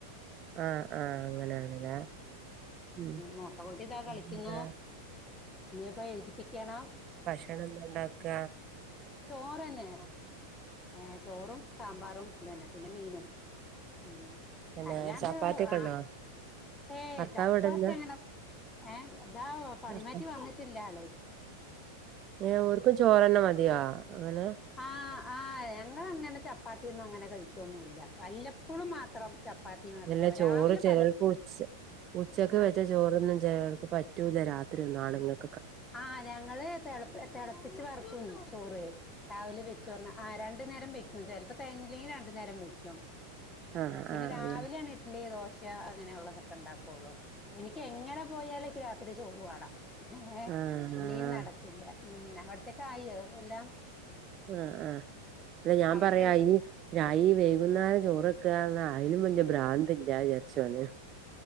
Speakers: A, on the right; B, on the left.
A: ആ ആ അങ്ങനെയാണല്ലേ ഉം
B: മൂത്ത കുട്ടി ദാ
A: പിന്നെന്താ
B: കളിക്കുന്നു ഞിപ്പം എഴുതിപ്പിക്കണം
A: ഇങ്ങളന്താണ്ടാക്ക
B: ചോറെന്നെ ഏ ചോറും സാമ്പാറും തെന്നെ പിന്നെ മീനും മ്
A: പിന്നെ
B: അല്ലാണ്ട്
A: ചപ്പാത്തിയൊക്കെ
B: ആ
A: ഉണ്ടോ
B: ഏ
A: ഭർത്താവ്
B: ചപ്പാത്തി
A: ഇവിടില്ല
B: അങ്ങനെ ഏ ദാഓ പണിമാറ്റി
A: ഭർത്താവ്
B: വന്നിട്ടില്ല ആള്
A: ഏ ഓര്ക്കും ചോറെന്നെ മതിയോ അങ്ങനെ
B: ആഹ് ആഹ് ഞങ്ങള് അങ്ങനെ ചപ്പാത്തിയൊന്നും അങ്ങനെ കഴിക്കൊന്നുല്ല വല്ലപ്പോഴും മാത്രം. ചപ്പാത്തി മാത്രം
A: അല്ല ചോറ്
B: രാവിലെ
A: ചിലർക്ക്
B: പല
A: ഉച്ച ഉച്ചക്ക്
B: ആ
A: വെച്ച ചോറൊന്നും ചെലോർക്ക് പറ്റൂല രാത്രിയൊന്നും, ആണെങ്ങക്ക്.
B: ആഹ് ഞങ്ങള് തെള തെളപ്പിച്ച് വർക്കും ചോറ് രാവിലെ വെച്ചോന്ന് ആഹ് രണ്ടു നേരം വെക്കും ചിലപ്പോ. <unintelligible> രണ്ടു നേരം വിളിച്ചോ
A: ആഹ്
B: പിന്നെ
A: ആഹ്
B: രാവിലെയാണ്
A: അങ്ങനെ
B: ഇഡ്ഡലി ദോശ അങ്ങനെ ഉള്ളതൊക്കെ ഉണ്ടാക്കുള്ളൂ എനിക്ക് എങ്ങനെ പോയാലും <unintelligible> ഇത്തിരി ചോറ് വേണം ഏഹ്
A: ആഹ്
B: ഇല്ലെങ്കി
A: ആഹ്
B: നടക്കില്ല. ഉം അവിടത്തേക്ക് ആയോ എല്ലാം?
A: ആഹ് ആഹ് അല്ല ഞാൻ
B: അവിടുത്തെ
A: പറയാ
B: എല്ല-
A: ഇനി ഞാനീ വൈകുന്നേരം ചോറൊക്ക ആയാലും വലിയ ഭ്രാന്ത് ഇല്ല വിചാരിച്ചാന്ന്